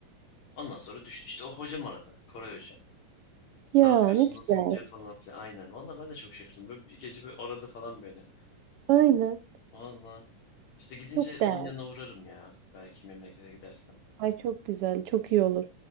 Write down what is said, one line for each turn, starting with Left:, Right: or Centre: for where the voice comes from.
Left: Ondan sonra düştü işte o hocam aradı. Koray Hoca.
Right: Ya
Left: Ne yapıyorsun?
Right: ne güzel.
Left: Nasıl gidiyor falan filan. Aynen. Valla ben de çok şaşırdım. Böyle bir gece böyle aradı falan beni.
Right: Aynen.
Left: Valla. İşte gidince
Right: Çok değerli.
Left: onun yanına uğrarım ya. Belki memlekete gidersem.
Right: Ay çok güzel. Çok iyi olur.